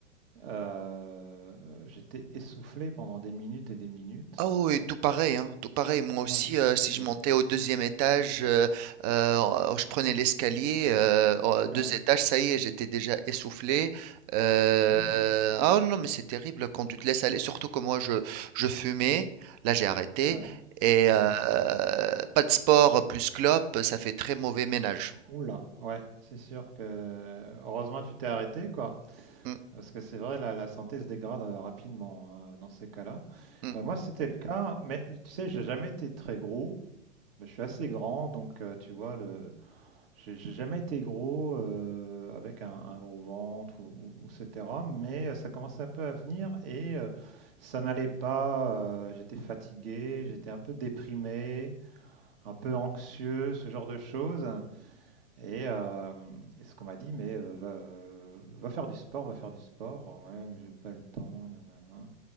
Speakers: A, on the right; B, on the right.
A: euh, j'étais essoufflé pendant des minutes et des minutes.
B: Ah oui, oui, tout pareil, hein, tout pareil. Moi aussi,
A: Ouais,
B: euh,
A: c'est
B: si je montais au deuxième étage, euh, euh, oh, oh, je prenais l'escalier, euh, oh, deux
A: ouais,
B: étages, ça y est, j'étais déjà essoufflé. Euh,
A: c'est terrible, hein.
B: ah non, mais c'est terrible quand
A: Mm.
B: tu te laisses aller, surtout que moi, je, je fumais, là j'ai arrêté,
A: Ouais,
B: et
A: ouais.
B: euh, pas de sport plus clope, ça fait très mauvais ménage.
A: Oula, ouais, c'est sûr que heureusement tu t'es arrêté quoi,
B: Mm,
A: parce que c'est vrai la, la santé se dégrade euh, rapidement hein, dans ces cas-là.
B: mm.
A: Bah, moi c'était le cas, mais tu sais j'ai jamais été très gros, mais je suis assez grand donc euh, tu vois le, j'ai j'ai jamais été gros euh, avec un, un gros ventre ou, ou- ou etc. Mais euh, ça commençait un peu à venir et euh, ça n'allait pas. euh, j'étais fatigué, j'étais un peu déprimé. un peu anxieux, ce genre de choses. Et, euh, et ce qu'on m'a dit, mais euh, va, va faire du sport, va faire du sport. Euh, Ouais, mais j'ai pas le temps, nanana.